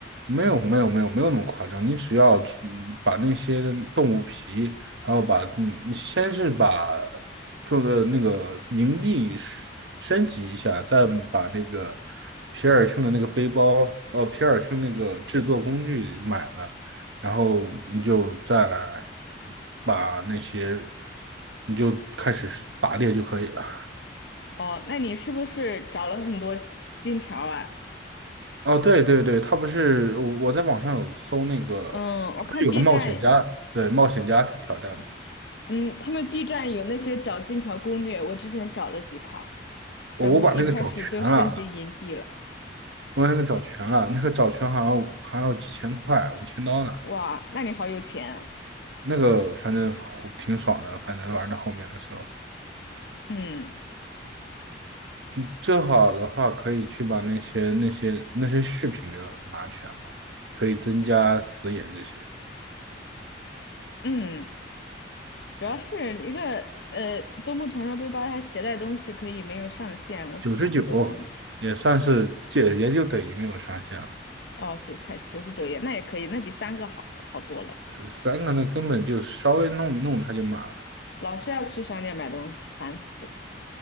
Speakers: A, on the right (about 70°); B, on the left (about 60°).
A: 没有没有没有没有那么夸张，你只要嗯把那些动物皮，然后把嗯，你先是把做的那个营地是升级一下，再把那个皮尔逊的那个背包，呃，皮尔逊那个制作工具买了，然后你就再把那些，你就开始是打猎就可以了。
B: 哦，那你是不是找了很多金条啊？
A: 哦，对对对，他不是我我在网上有搜那个，
B: 嗯，我看
A: 不是有个冒险家，
B: B 站，
A: 对，冒险家挑战战，
B: 嗯，他们 B 站有那些找金条攻略，我之前找了几块儿，然后一开始就升级营地了。
A: 我我把那个找全了，我把那个找全了，那个找全好像还要几千块，五千刀呢，
B: 哇，那你好有钱啊！
A: 那个反正吼挺爽的，反正玩到后面的时候，
B: 嗯
A: 嗯，最好的话可以去把那些那些那些饰品给拿全嘛，可以增加死眼这些，
B: 嗯，主要是一个呃，东部传说背包它携带东西可以没有上限，我喜欢这个功能。
A: 九十九也算是这也就等于没有上限了。
B: 哦，九才九十九页，那也可以，那比三个好好多了。
A: 三个那根本就稍微弄一弄它就满了。
B: 老是要去商店买东西，烦死了。